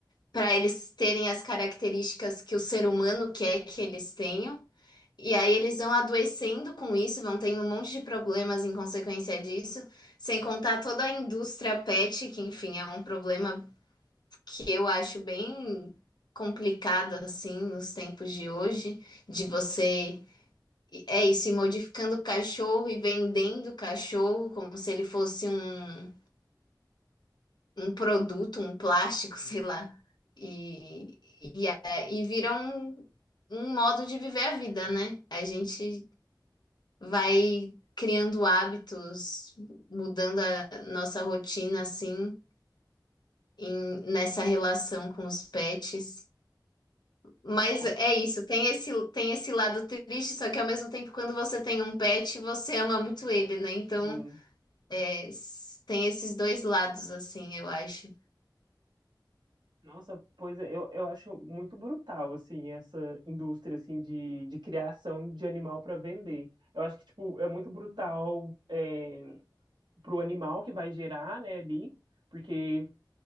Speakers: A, on the left; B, on the right.
A: para eles terem as características que o ser humano quer que eles tenham. E aí eles vão adoecendo com isso, vão tendo um monte de problemas em consequência disso, sem contar toda a indústria pet, que enfim, é um problema que eu acho bem complicado assim nos tempos de hoje, de você é isso, ir modificando o cachorro e vendendo o cachorro como se ele fosse um, um produto, um plástico, <laughs> sei lá. E, e, é- e vira um, um modo de viver a vida, né? A gente vai criando hábitos, mudando a nossa rotina assim, em- nessa relação com os pets. Mas
B: Não, pois
A: é isso, tem esse, tem esse lado triste, só que ao mesmo tempo, quando você tem um pet, você ama muito ele, né? Então,
B: sim.
A: é, s- tem esses dois lados, assim, eu acho.
B: Nossa, pois é, eu, eu acho muito brutal, assim, essa indústria, assim, de, de criação de animal para vender. Eu acho que, tipo, é muito brutal, é, para o animal que vai gerar, né, ali, porque